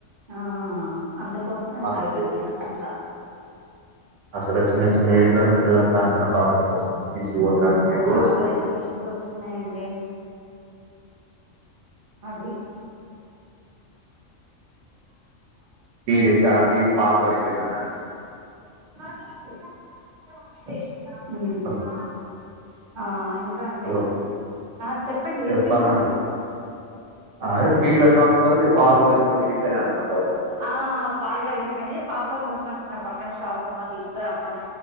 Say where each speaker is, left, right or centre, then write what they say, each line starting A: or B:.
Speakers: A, on the right; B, on the right.
A: ఆ అందుకోసం ఇంక
B: అసలు
A: అట్ల తీసుకుంట
B: అసలు చిన్న చిన్న ఏజ్ లోనే పిల్లలకు <unintelligible> ప్రాబ్లమ్స్ పీసీఓడీ
A: ఓ
B: లాంటివి ఏవేవో
A: చాలా
B: వస్తున్నాయ్
A: హెల్త్ ఇష్యూస్ వస్తున్నాయండి అదే
B: <unintelligible>
A: ఆ <unintelligible>
B: హలో
A: అండి
B: హలో
A: ఆ చెప్పండి వినిపిస్తుంది
B: చెప్పాలా
A: వినిపిస్తుంది
B: అదే టీ పెడదాం అనుకున్నారు మీరు పాలు వరి వీడి అంటున్నారు కదా
A: ఆ పాల్ వగిలిపోయినాయి పాపని బొమ్మంటున్న పక్కన షాప్ అమ్మ తీసుకురామని